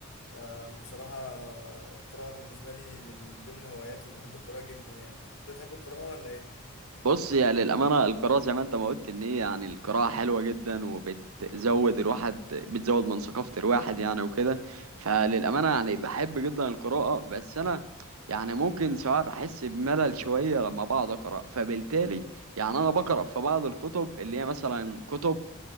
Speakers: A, on the left; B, on the right.
A: فبصراحة آه، القراءة بالنسبة لي من ضمن هواياتي وبحب القراءة جدا يعني أنت بتحب القراءة ولا إيه؟
B: بص يعني للأمانة القراءة زي ما أنت ما قلت إن هي يعني القراءة حلوة جدا وبتزود الواحد بتزود من ثقافة الواحد يعني وكده فللأمانة يعني بحب جدا القراءة بس أنا يعني ممكن سواء بحس بملل شوية لما بقعد أقرأ فبالتالي يعني أنا بقرأ في بعض الكتب اللي هي مثلا كتب